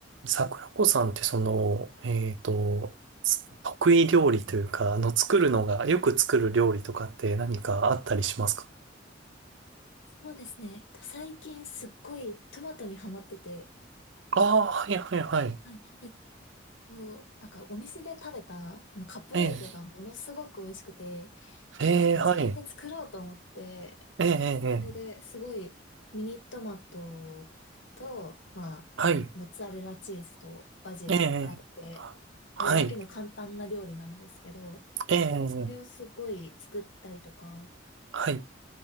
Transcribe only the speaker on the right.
桜子さんってその、えっと、つ得意料理というか、あの、作るのが、よく作る料理とかって何かあったりしますか
ああー、はいはいはい。
ええ、ええ、
はい。ええ、ええ、ええ
はい。
ええ、ええはい。ええ、
ええはい。